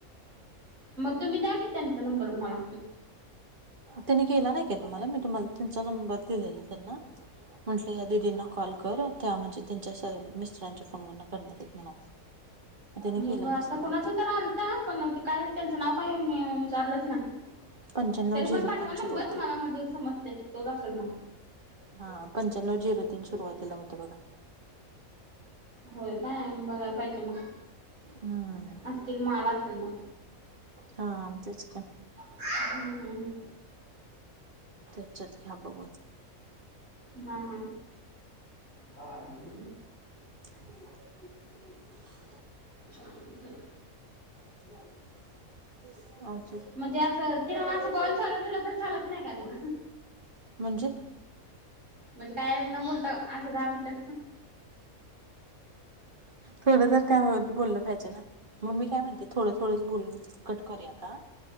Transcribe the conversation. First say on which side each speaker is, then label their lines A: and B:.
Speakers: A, on the right (about 60°); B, on the right (about 35°).
A: मग तुम्ही द्या की त्यांचा नंबर मला.
B: तिनी केला नाही का तुम्हाला मी तुम्हाला तुमचा नंबर दिलेला त्यांना म्हंटल या दिदींना कॉल कर. त्या म्हणजे त्यांच्या मिस्टरांच्या फोनवरून करणार आहे म्हणा. त्याने
A: मग
B: केला नसेल
A: आता कुणाचा
B: बहुतेक
A: तर आलता पण ते काय त्यांच नाव काय मी विचारलच नाही.
B: पंच्याण्णव
A: तरी पण
B: झिरो
A: पाठवा
B: तीन
A: नंबर
B: सुरुवात आहे.
A: मला माणजे समजते तोच असल मग.
B: हा पंच्याण्णव झिरो तीन सुरुवातीला होत बघा.
A: होय काय बघायला पाहिजे मग.
B: हम्म
A: असतील मला असल मग.
B: हा तेच का
A: हम्म हम्म हम्म
B: त्यांच्यात घ्या बघून.
A: हम हम्म
B: <inaudible>
A: छान होतय.
B: <inaudible>
A: म्हणजे अस तिला अस कॉल चालू ठेवला तर चालत नाही काय मग.
B: म्हणजे.
A: म्हणजे काय न बोलता अस दहा मिनटं.
B: थोडं तर काय हो बोललं पाहिजे ना. मग मी काय म्हणते थोडं थोडंच बोलून कट करूया का.